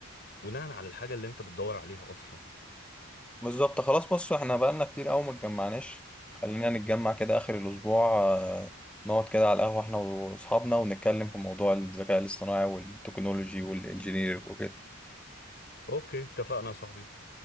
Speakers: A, on the left (about 50°); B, in the centre.
A: بناء على الحاجه اللي انت بتدور عليها اصلا
B: بالظبط خلاص بص احنا بقالنا كتير قوي ما اتجمعناش خلينا نتجمع كده اخر الاسبوع آه، نقعد كده على القهوة احنا واصحابنا ونتكلم في موضوع الذكاء الاصطناعي والتكنولوجي والانجينير وكده
A: اوكي اتفقنا يا صاحبي